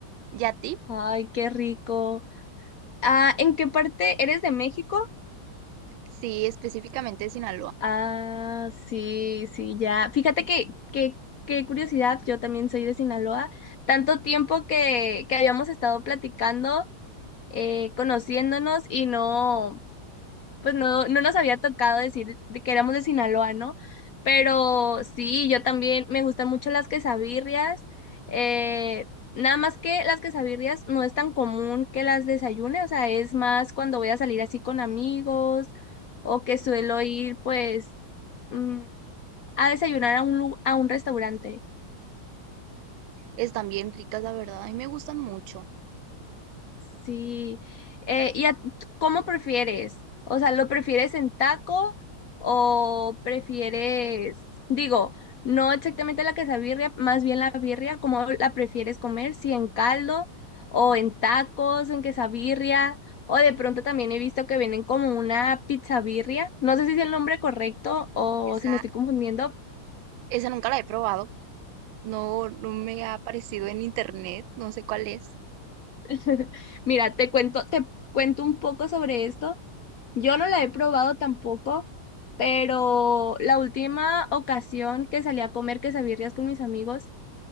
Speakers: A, on the right; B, on the left.
A: ¿Y a ti?
B: Ay, qué rico. Ah, ¿en qué parte eres de México?
A: Sí, específicamente de Sinaloa.
B: Ah, sí, sí, ya. Fíjate que, que, qué curiosidad, yo también soy de Sinaloa. Tanto tiempo que, que habíamos estado platicando, eh, conociéndonos y no. pues no, no nos había tocado decir de que éramos de Sinaloa, ¿no? Pero sí, yo también me gustan mucho las quesabirrias. eh, nada más que las quesabirrias no es tan común que las desayune, o sea, es más cuando voy a salir así con amigos o que suelo ir pues mm, a desayunar a un, lu- a un restaurante.
A: Están bien ricas, la verdad. A mí me gustan mucho.
B: Sí. Eh, ¿y a- tú cómo prefieres? O sea, ¿lo prefieres en taco o prefieres, digo, no exactamente la quesabirria, más bien la birria, ¿cómo la prefieres comer? Si en caldo o en tacos, en quesabirria, o de pronto también he visto que vienen como una pizza birria. No sé si es el nombre correcto o
A: Esa,
B: si me estoy confundiendo.
A: esa nunca la he probado. No, no me ha aparecido en internet, no sé cuál es.
B: <laughs> Mira, te cuento, te cuento un poco sobre esto. Yo no la he probado tampoco, pero la última ocasión que salí a comer quesabirrias con mis amigos,